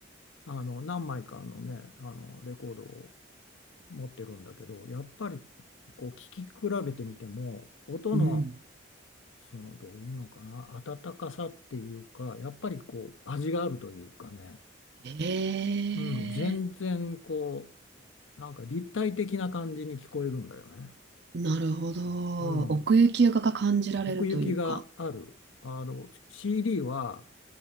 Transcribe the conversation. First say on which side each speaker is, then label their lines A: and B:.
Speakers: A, on the left; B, on the right.
A: あの、何枚かのね、あの、レコードを持ってるんだけど、やっぱりこう、聞き比べてみても、音の、
B: うん。
A: その、どういうのかな、温かさっていうか、やっぱりこう、味があるというかね、
B: ええ
A: うん、全然こう、なんか立体的な感じに聞こえるんだよね。
B: なるほど。
A: うん、
B: 奥行きが感じられるというか。
A: 奥行きがある。あの、CD は